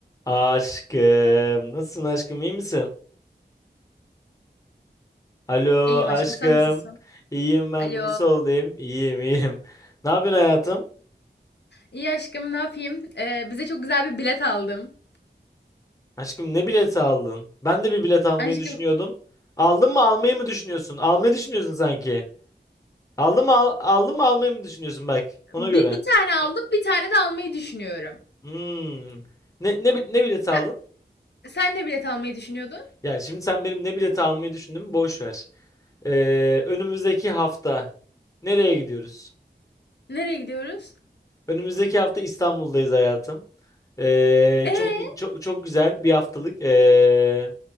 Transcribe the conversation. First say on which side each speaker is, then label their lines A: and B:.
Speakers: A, on the left; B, on the left.
A: Aşkım. Nasılsın aşkım? iyi misin? Alo
B: İyiyim
A: aşkım.
B: aşkım, sen nasılsın?
A: İyiyim ben
B: Alo.
A: de. Nasıl olayım? İyiyim iyiyim. Ne yapıyorsun hayatım?
B: İyi aşkım, ne yapayım? Ee, bize çok güzel bir bilet aldım.
A: Aşkım ne bileti aldın? Ben de bir bilet almayı
B: Aşkım,
A: düşünüyordum. Aldın mı almayı mı düşünüyorsun? Almayı düşünüyorsun sanki. Aldın mı al- aldın mı almayı mı düşünüyorsun bak. Ona
B: bir,
A: göre.
B: bir tane aldım, bir tane de almayı düşünüyorum.
A: Hmm. Ne, ne, bi- ne bileti
B: Sen,
A: aldın?
B: sen de bilet almayı düşünüyordun.
A: Ya şimdi sen benim ne bileti almayı düşündüğümü boş ver. Ee, önümüzdeki hafta nereye gidiyoruz?
B: Nereye gidiyoruz?
A: Önümüzdeki hafta İstanbul'dayız hayatım. Ee,
B: Ee,
A: çok çok çok güzel bir haftalık ee,